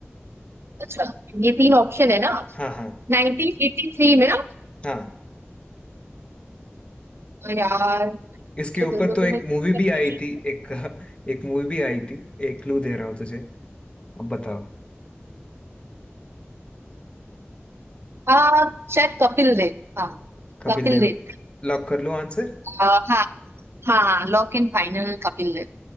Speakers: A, on the right (about 65°); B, on the left (about 25°).
A: अच्छा ये तीन ऑप्शन है ना
B: हाँ हाँ
A: 1983 में ना
B: हाँ
A: तो यार तो
B: इसके ऊपर
A: दोनों
B: तो
A: को
B: एक
A: मैं कुछ
B: मूवी भी
A: कंफ्यूजन
B: आई थी
A: हूँ।
B: एक एक मूवी भी आई थी एक क्लू दे रहा हूँ तुझे अब बताओ
A: हाँ शायद कपिल देव हाँ
B: कपिल
A: कपिल
B: देव
A: देव
B: लॉक कर लो आंसर
A: आ, हाँ हाँ lock in final Kapil Dev